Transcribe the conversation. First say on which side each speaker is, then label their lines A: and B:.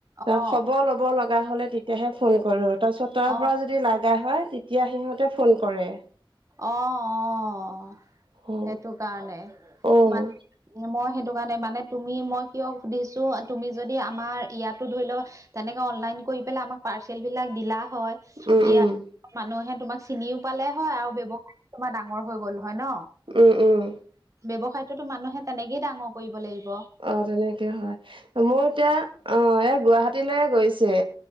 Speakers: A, on the right; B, on the right.
A: আৰু
B: অ
A: খবৰ ল' ল'ব লগা হ'লে তেতিয়াহে ফোন কৰো, তাৰপিছত তাৰ
B: অ
A: পৰা যদি লাগা হয়, তেতিয়া সিহঁতে ফোন কৰে।
B: অ', অ', অ',
A: অ',
B: সেইটো কাৰণে,
A: অ',
B: মান মই সেইটো কাৰণে মানে তুমি মই কিয় সুধিছো, তুমি যদি আমাৰ ইয়াতো ধৰি লওঁ তেনেকে অনলাইন কৰি পেলাই আমাক পাৰ্চেল বিলাক দিলা হয়।
A: উম,
B: ইয়াত
A: উম।
B: মানুহে তোমাক চিনিও পালে হয় আৰু ব্যৱসায় তোমাৰ ডাঙৰ হৈ গ'ল হয় ন।
A: উম, উম।
B: ব্যৱসায়টোতো মানুহে তেনেকেই ডাঙৰ কৰিব লাগিব।
A: অ', তেনেকে হয়, মোৰ এতিয়া অ', এয়া গুৱাহাটীলৈয়ে গৈছে।